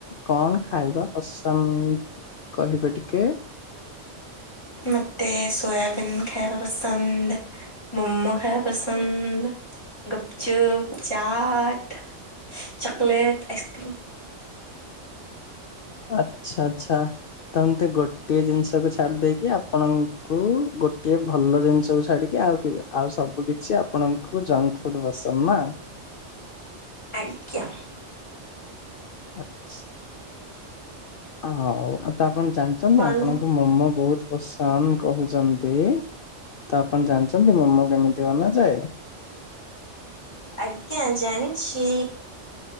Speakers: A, on the left (about 55°); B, on the left (about 20°).
A: କଣ ଖାଇବା ପସନ୍ଦ କହିବେ ଟିକେ?
B: ମୋତେ ସୋୟାବିନ୍ ଖାଇବା ପସନ୍ଦ, ମୋମୋ ଖାଇବା ପସନ୍ଦ। Gupchup, chaat, chocolate, ice cream.
A: ଆଚ୍ଛା ଆଚ୍ଛା ତ ଏମିତି ଗୋଟିଏ ଜିନିଷକୁ ଛାଡି ଦେଇକି କି ଆପଣଙ୍କୁ ଗୋଟିଏ ଭଲ ଜିନିଷକୁ ଛାଡିକି ଆଉ କେଇ ଆଉ ସବୁ କିଛି ଆପଣଙ୍କୁ ଜଙ୍କ ଫୁଡ୍ ପସନ୍ଦ ନା।
B: ଆଜ୍ଞା।
A: ଓହୋ। ହଉ ଆଉ ତ ଆପଣ ଜାଣିଛନ୍ତି
B: ମନୁ
A: ଆପଣଙ୍କୁ ମୋମୋ ବହୁତ ପସନ୍ଦ କହୁଛନ୍ତି। ତ ଆପଣ ଜାଣିଛନ୍ତି ମୋମୋ କେମିତି ବନା ଯାଏ।
B: ଆଜ୍ଞା ଜାଣିଛି।